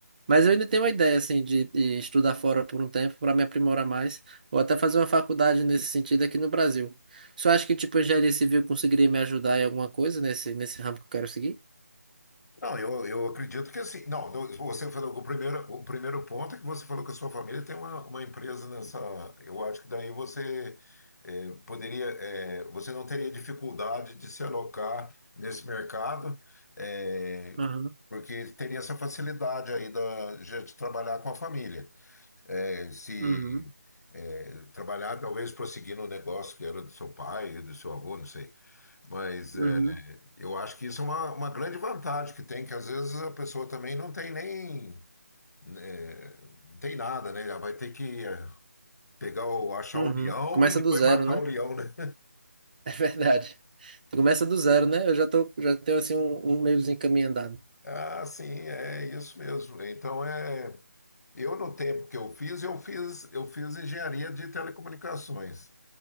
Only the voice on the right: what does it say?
Mas eu ainda tenho uma ideia assim de, de estudar fora por um tempo para me aprimorar mais, ou até fazer uma faculdade nesse sentido aqui no Brasil. Você acha que tipo engenharia civil conseguiria me ajudar em alguma coisa nesse nesse ramo que eu quero seguir?
Aham,
Uhum,
uhum,
uhum.
Começa
do zero,
né?
<laughs>
É verdade. Começa do zero, né? Eu já tô, já tenho assim um, um meiozinho caminho andado.